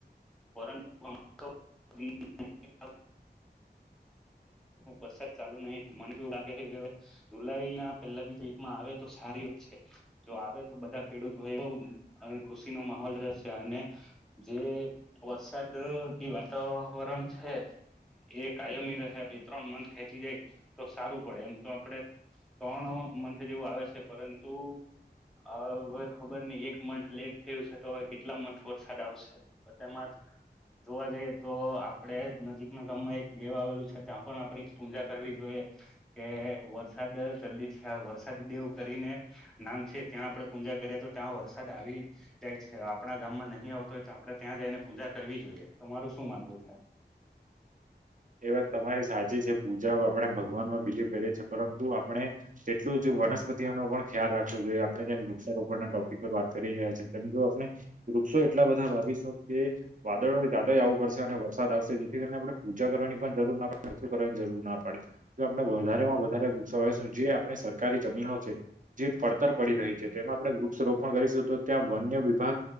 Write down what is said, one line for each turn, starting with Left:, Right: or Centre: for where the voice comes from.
Centre: પરંતુ હવે તો જુન મહી
Right: <inaudible>
Centre: વરસાદ ચાલુ નહી મન તો એવું લાગે છે કે જુલાઈ ના પેલા બી એકમાં આવે તો સારી વાત. છે. જો આવે તો બધા ખેડૂત ભાઈ ખુશીનો માહોલ રહેશે અને જે વરસાદ વાતાવરણ છે. એ કાયમી રહ્યા બે ત્રણ મથ ખેંચી જાય તો સારું પડે એમ તો આપડે ત્રણ મંથ જેવું આવે છે પરંતુ હ હવે ખબર નહ એક મંથ લેટ થયું છે તો હવે કેટલા મંથ વરસાદ આવશે. તો તેમાં જ જોવા જઈએ તો આપડે નજીકના ગામમાં એક બેેવ આવેલું છે ત્યાં પણ આપડણે પૂજા કરવી જોઈએ. કે વરસાદ જલ્દીથી વરસાદી દેવું કરીને નામ છે ત્યાં આપડે જા તો ત્યાં વરસાદ આવી જાય છે. આપણા ગામમાં નહીં આવતો આપડે ત્યાં જઈને પૂજા કરવી જોઈએ. તમારું શું માનવું છે?
Right: એ વાત તમારી સાચી છે પૂજા આપણે ભગવાનમાં બિલીવ કરીએ છીએ પરંતુ આપણે તેટલું જ વનસ્પતિઓનો પણ ખ્યાલ રાખવો જોઈએ આપડણે જેમ વૃક્ષારોપણ ના ટોપિક પર વાત કરી રહ્યા છીએ તેમ જો વૃક્ષો એટલા બધા ભાવીશું કે વાદળ જાતે જ આવું પડશે અને વરસાદ આવશે જેથી કરીને આપણે પૂજા કરવાની પણ જરૂર ના પડે ઓછું કરવાની જરૂર ના પડે તો આપણે વધારે માં વધારે વૃક્ષો હોય જે આપણે સર સરકારી જમીનો છે. જે પડતર પડી રહી છે તેમાં આપણે વૃક્ષ રોપણ કરીશું તો ત્યાં વન્ય વિભાગ